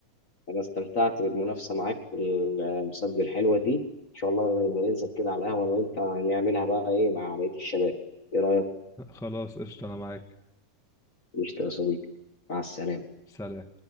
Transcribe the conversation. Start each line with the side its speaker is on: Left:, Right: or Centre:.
Left: انا استمتعت بالمنافسه معاك في المسابقه الحلوه دي ان شاء الله نبقى ننزل كده على القهوه انا وانت نعملها بقى ايه مع بقيه الشباب ايه رايك
Centre: <laughs> خلاص قشطة انا معاك
Left: قشطة يا صديقي مع السلامه
Centre: سلام